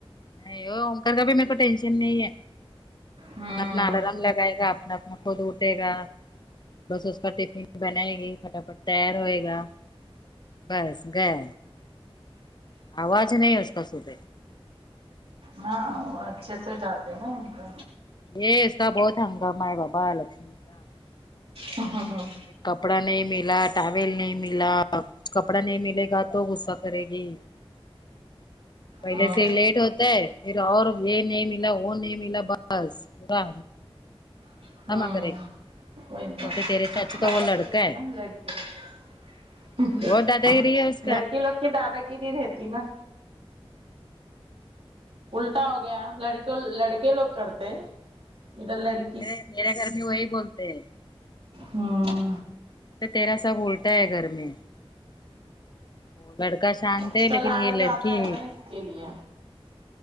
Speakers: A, on the left; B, on the right.
A: نہیں او اوپر کا بھی میرے کو ٹینشن نہیں ہے
B: ہوں
A: اپنا الرم لگائے گا اپنا اپنا خود اٹھے گا بس اس کا ٹفن بنائے گی فٹافٹ تیار ہوئے گا بس گئے آواز نہیں اس کا کچھ
B: ہاں وہ اچھے سے جاتے ہے ان کو
A: یہ اس کا بہت ہنگاما ہے بابا لکشمی کا
B: ہاں ہاں
A: کپڑا نہیں ملا ٹاول نہیں ملا کچھ اب کپڑا نہیں ملے گا تو غصہ کرے گی پہلے
B: ہوں
A: سے لیٹ ہوتا ہے پھر اور یہ نہیں ملا وہ نہیں ملا بس پورا
B: <unintelligible>
A: ہنگامہ
B: ہوں
A: کرے
B: وہ
A: گی
B: تو
A: بولتے تیرے سے اچھا تو
B: باداگری
A: وہ لڑکا
B: ہے نا لڑکی
A: بہت دادا گیری ہے اس کا
B: لڑکی لوگ کی دادا گیری رہتی نا الٹا ہو گیا لڑکوں لڑکے لوگ کرتے ادھر لڑکی
A: میرے میرے گھر میں وہی بولتے ہیں
B: ہاں
A: اچھا تیرا سب الٹا ہے گھر میں وہ لڑکا شانت
B: اس
A: ہے
B: کا
A: لیکن
B: لاڑ
A: یہ
B: زیادہ
A: لڑکی
B: ہے نا اس کے لیے